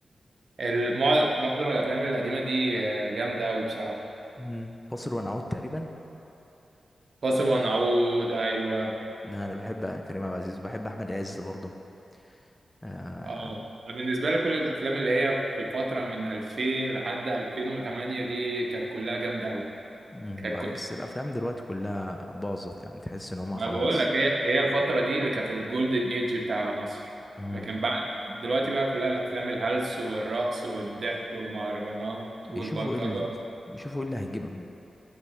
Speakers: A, on the right; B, on the left.
A: المع- معظم الافلام القديمه دي آه، جامده قوي بصراحه
B: أمم، فاصل ونعود تقريبا
A: فاصل ونعود ايوه
B: لا انا بحب كريم عبد العزيز بحب احمد عز برضه آه.
A: اه بالنسبه لي كل الافلام اللي هي في الفتره من 2000 لحد 2008 دي كانت كلها جامده قوي
B: أمم،
A: كانت
B: بس الافلام دلوقتي كلها باظت يعني تحس ان هما
A: ما
B: خلاص
A: بقول لك هي هي الفترة دي اللي كانت الجولدن ايج بتاع مصر
B: أمم.
A: لكن بعد دلوقتي بقى كلها الافلام الهلس والرقص والضحك والمهرجانات
B: بيشوفوا
A: والبلطجة
B: ايه ال... بيشوفوا ايه اللي هيجيب